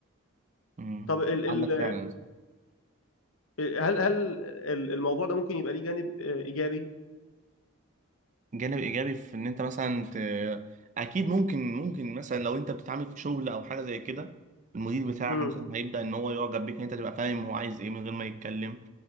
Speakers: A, on the right (about 35°); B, on the left (about 70°).
A: مم.
B: طب ال ال
A: عندك فعلا
B: آه، هل هل ال- الموضوع ده ممكن يبقى ليه جانب آه، إيجابي؟
A: جانب ايجابي في ان انت مثلا ت... اكيد ممكن ممكن مثلا لو انت بتتعامل في شغل او حاجه زي كده المدير بتاعك
B: امم
A: مثلا هيبدا ان هو يعجب بيك ان انت تبقى فاهم هو عايز ايه من غير ما يتكلم